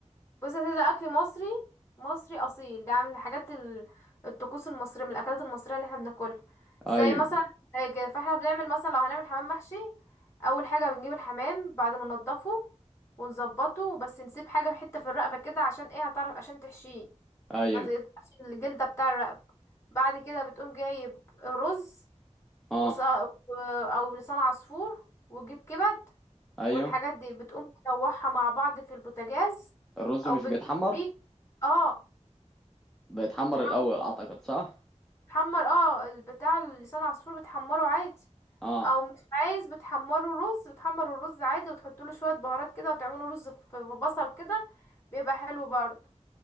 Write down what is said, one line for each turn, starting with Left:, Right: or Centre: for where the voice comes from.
Left: بص يا سيدي ده اكل مصري مصري اصيل ده من الحاجات ال- الطقوس المصريه من الاكلات المصريه اللي احنا بناكلها زي
Centre: ايوه
Left: مثلا ج- فاحنا بنعمل مثلا لو هنعمل حمام محشي اول حاجه بنجيب الحمام بعد ما ننضفه ونظبطه بس نسيب حاجه حته في الرقبه كده عشان ايه هتعرف عشان تحشيه
Centre: ايوه
Left: ما تقطعش الجلدة بتاع الرقبة بعد كده بتقوم جايب رز وص...
Centre: اه
Left: و- او لسان عصفور وتجيب كبد
Centre: ايوه
Left: والحاجات دي بتقوم تشوحها مع بعض في البوتاجاز
Centre: الرز
Left: او
Centre: مش
Left: بتجيب
Centre: بيتحمر
Left: ريق اه
Centre: بيتحمر
Left: بتح-
Centre: الاول اعتقد صح
Left: بتحمر اه البتاع لسان عصفور بتحمره عادي
Centre: اه
Left: او مش عايز بتحمره رز بتحمر الرز عادي وتحط له شوية بهارات كده وتعمله رز في في بصل كده بيبقى حلو برضه